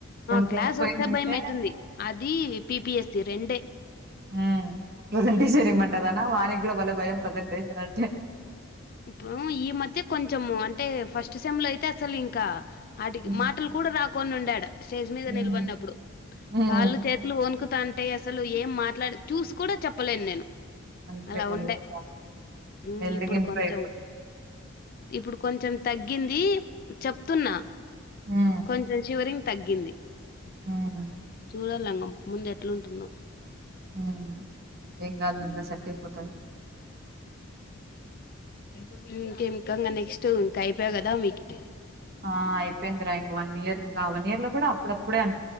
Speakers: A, on the left (about 45°); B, on the right (about 45°).
A: క్లాస్
B: సెమ్‌లు పోయిందంటే
A: వస్తే భయ అయితుంది అది పిపిఎస్సి రెండు అ
B: ఉ ప్రెసెంటేషన్ ఇమంటదాన వానీ కూడ బలే భయం ప్రసెంటేషన్ అంటే
A: ఇప్పుడు ఈ మధ్య కొంచెము అంటే ఫస్ట్ సెమ్ లో అయితే అసలు ఇంకా వాటికి
B: హ్మ్.
A: మాటలు కూడ రా కొన్నిండాడు స్టేజ్ మీద
B: హ్మ్.
A: నిలవడినప్పుడు
B: హ్మ్.
A: కాళ్ళు చేతులు ఒనుకు టే అసలు ఏం మాట్లాడు చూసి కూడ చెప్పలేను నేను
B: అంతే
A: అలా
B: <unintelligible>
A: ఉండే. హ్మ్. ఇప్పుడు కొంచెం ఇప్పుడు కొంచెం తగ్ గింది చెప్తున్నా
B: హ్మ్.
A: కొంచం చివరింగ్ తగ్గింది
B: హ్మ్.
A: చూడలంగం ముందు ఎట్లు న్టుందో
B: ఉమ్ ఏంగద్లే అంత సెట్ అయిపోతాది
A: ఉమ్ ఇంకేంకా ఇంగ నెక్స్ట్ ఇంకా అయిపోయా కదా మీకి
B: ఆ అయిపోయిందిరా ఇంక వన్ ఇయర్ ఇంకా వన్ ఇయర్ లో కూడా అప్పుడప్పుడే అ